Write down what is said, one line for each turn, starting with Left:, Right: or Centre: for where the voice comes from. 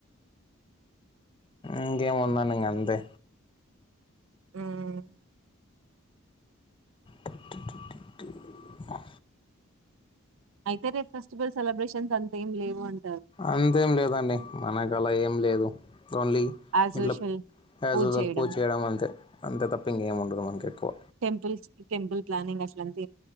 Left: ఇంకేం ఉందని ఇంక అంతే
Right: ఉమ్
Left: టు టూ టు ఆ
Right: అయితే రేప్ ఫెస్టివల్ సెలబ్రేషన్స్ అంత ఏం లేవు అం
Left: అంతేం లేదండి మనకు అలా ఏం లేదు ఓన్లీ
Right: యాజ్
Left: ఇంట్లో
Right: యూజువల్
Left: యాజ్
Right: పూజ
Left: యూజువాల్
Right: చేయడం.
Left: పూజచేయడం అంతే అంతే తప్ప ఇంగేం ఉండదు మనకి
Right: హ్మ్.
Left: ఎక్కువ
Right: టెంపుల్స్‌కి టెంపుల్ ప్లానింగ్ అట్లంతా